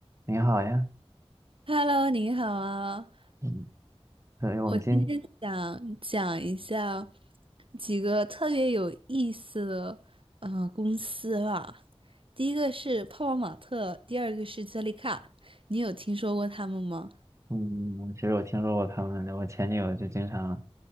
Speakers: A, on the right; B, on the right.
A: 你好呀，
B: Hello，你好啊！
A: 嗯，对，我们今，
B: 我今天想讲一下几个特别有意思的呃公司吧。第一个是泡泡玛特，第二个是杰丽卡，你有听说过他们吗？
A: 嗯，我其实我听说过他们的，我前女友就经常